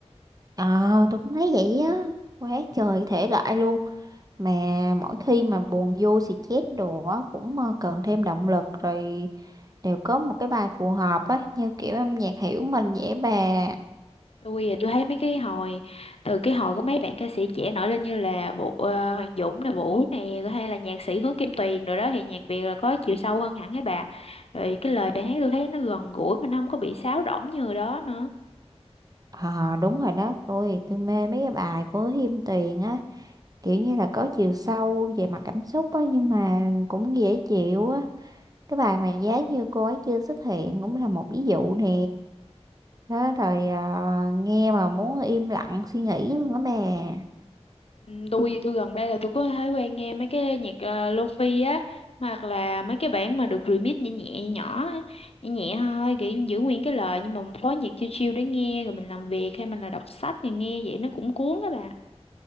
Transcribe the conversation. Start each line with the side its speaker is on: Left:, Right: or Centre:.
Right: ờ tôi cũng thấy vậy á quá trời thể loại luôn mà mỗi khi mà buồn vô xì chét đồ á cũng ờ, cần thêm động lực rồi đều có một cái bài phù hợp á như kiểu âm nhạc hiểu mình dễ bà
Left: Tôi thì tôi thấy mấy cái hồi Từ cái hồi có mấy bạn ca sĩ trẻ nổi lên Như là Vũ, ờ, Hoàng Dũng này Vũ này rồi Hay là nhạc sĩ Hứa Kim Tuyền rồi đó Thì nhạc Việt là có chiều sâu hơn hẳn ấy bà Rồi cái lời bài hát tôi thấy nó gần gũi Mà nó không có bị sáo rỗng như đó nữa
Right: Ờ đúng rồi đó tôi tôi mê mấy cái bài của Hiêm Tuyền á kiểu như là có chiều sâu về mặt cảm xúc á nhưng mà cũng dễ chịu á cái bài mà giá như cô ấy chưa xuất hiện cũng là một ví dụ nè đó rồi ờ, nghe mà muốn im lặng suy nghĩ luôn á bè
Left: Ừ, tôi tôi gần đây là tôi có thói quen nghe mấy cái nhạc uh, lofi á hoặc là mấy cái bản mà được remix nhẹ nhẹ nhỏ á, nhẹ nhẹ thôi kiểu giữ nguyên cái lời nhưng mà phối nhạc chill chill để nghe rồi mình làm việc hay mình là đọc sách thì nghe vậy nó cũng cuốn đó bà